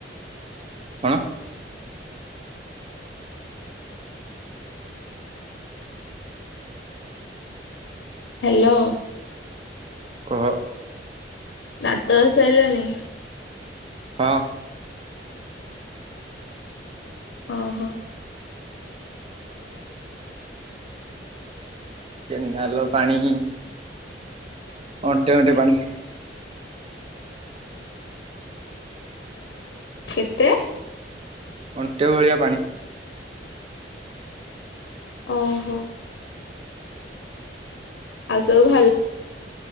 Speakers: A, on the right (about 35°); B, on the left (about 80°).
A: କଣ
B: ହ୍ୟାଲୋ
A: କହ
B: ନା ତ ଅ ସାରିଲାଣି
A: ହଁ
B: ଓଁହୋ
A: କେନାଲ ପାଣି ଅଣ୍ଟେ ଅଣ୍ଟେ ପାଣି
B: କେତେ
A: ଅଣ୍ଟେ ଭଳିଆ
B: ଓହୋ ଆଉ ସବୁ